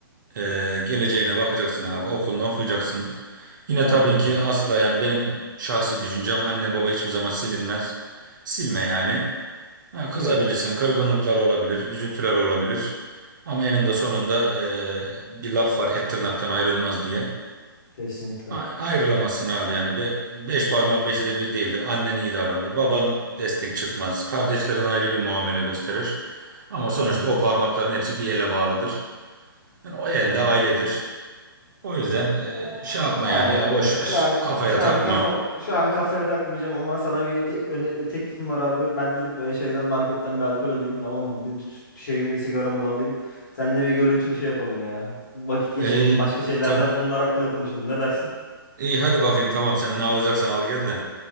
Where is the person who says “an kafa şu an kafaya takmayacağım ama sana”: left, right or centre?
Left